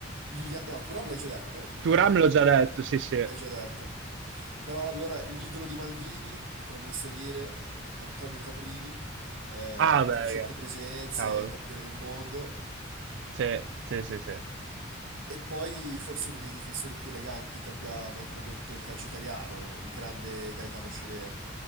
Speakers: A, on the right; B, on the right.
A: Liliano... No, Thuram l'hai già detto? Non
B: Turam
A: mi ricordo più.
B: l'ho già detto, sì sì.
A: L'hai già detto. Però allora l'idolo di Maldini potremmo inserire Antonio Cabrini, eh,
B: Ah beh,
A: 300
B: raga.
A: presenze,
B: cavolo.
A: campione del mondo.
B: Sì, sì, sì, sì.
A: E poi forse uno dei difensori più eleganti che abbia mai prodotto il calcio italiano, il grande Gaetano Scirea.